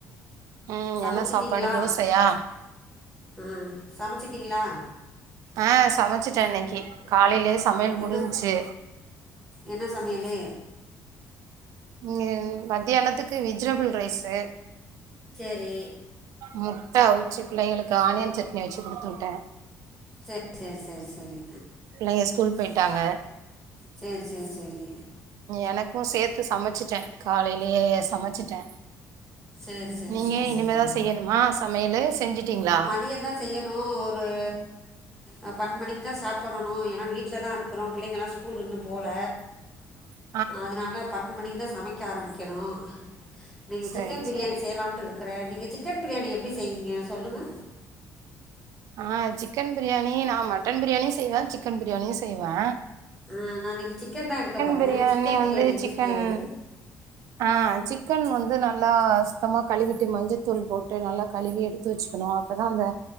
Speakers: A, on the right; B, in the centre.
A: ம்
B: சமச்சுட்டீங்களா
A: என்ன சாப்பாடு தோசையா
B: ஆ சமச்சுட்டீங்களா
A: ஆ சமச்சட்டே இன்னைக்கி காலையிலேயே சமையல் முடிஞ்ச்சு
B: என்ன என்ன சமையலு
A: இங்க மத்தியானத்துக்கு வெஜிடபுள் ரைஸு
B: சேரி
A: முட்டை அவுச்சு பிள்ளைங்களுக்கு ஆனியன் சட்னி வச்சு குடுத்து விட்டே
B: சேரி சேரி சேரி சேரி
A: பிள்ளைங்க ஸ்கூல் போயிட்டாங்க
B: சேர் சேர் சேரி
A: எனக்கு சேத்து சமச்சுட்டே காலைலையே சமச்சுட்டே
B: சரி சரி
A: நீங்க
B: சரி
A: இனிமேதா
B: சரி
A: செய்யணுமா சமையலு செஞ்சுட்டீங்களா
B: <unintelligible> தா செய்ய
A: <unintelligible>
B: த அ பண்னென்டு மணிக்கு தான் ஸ்டார்ட் பண்ணனு ஏனா வீட்ல தா இருக்குறோ புள்ளைங்கலா ஸ்கூல் இன்னு போல
A: <inaudible>
B: அதனால பன்னென்டடு மணிக்கு தா சமைக்க ஆரம்பிக்கணு இன்னைக்கி
A: சரி
B: சிக்கன் பிரியாணி
A: சரி
B: செய்யலாம்ட்டு இருக் க்குறே நீங்க சிக்கன் பிரியாணி எப்டி செய்வீங்க சொல்லுங்க
A: ஆ சிக்கன் பிரியாணி நா மட்டன் பிரியாணியு செய்வே சிக்கன் பிரியாணியு செய்வே
B: ஆ நா இன்னைக்கு சிக்கன் தா எடுக்க போறே
A: பிரியாணி
B: சிக்கன்
A: வந்து
B: பிரியாணி எப்டி
A: சிக்கன்
B: செய்றது
A: ஆ சிக்கன் வந்து நல்லா சுத்தமா கழுவிட்டு மஞ்சத்தூள் போட்டு நல்லா கழுவி எடுத்து வச்சுக்கணு அப்போதா அந்த